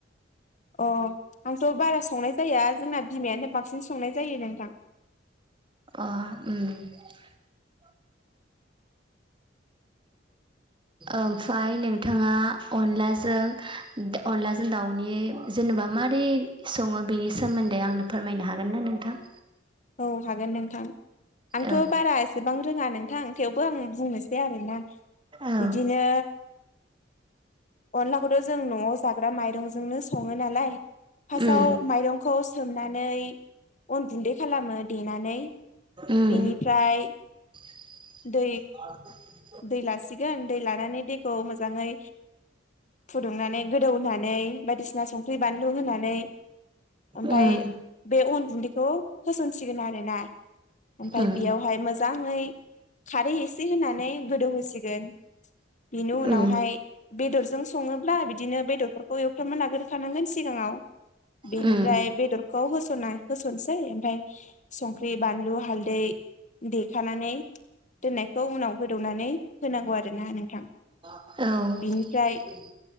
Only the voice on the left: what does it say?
अ आंथ बारा संनाय जाया जोंना बिमायानो बांसिन संनाय जायो नोंथां।
औ हागोन नोंथां। आंथ'
बारा एसेबां रोङा नोंथां थेवबो आं बुंनो सै आरोना।
बिदिनो अनलाखौथ' जों न'आव जाग्रा माइरंजोंनो सङो नालाय फासाव
माइरंखौ सोमनानै अनगुन्दै खालामो देनानै
बेनिफ्राय
दै दै लासिगोन दै ला नानै दैखौ मोजाङै फुदुंनानै गोदौनानै ऐ बायदिसिना संख्रि बानलु होनानै ओमफाय
बे अन गुन्दैखौ होसनसिगोन आरोना ओमफाय
बेयावहाय मोजाङै खारै एसे होनानै खौ होसिगोन बिनि उनावहाय
बेदरजों संङोब्ला बिदिनो बेदरफोखौ एवफ्राम मोना खानांगोन सिगाङाव बेनिफ्राय
बेदरखौ होस'ना होस'ननोसै ओमफ्राय संख्रि बानलु हाल्दै देखानानै दोननायखौ उनाव हो दौनानै होनांगौ आरोना नोंथां
बेनिफ्राय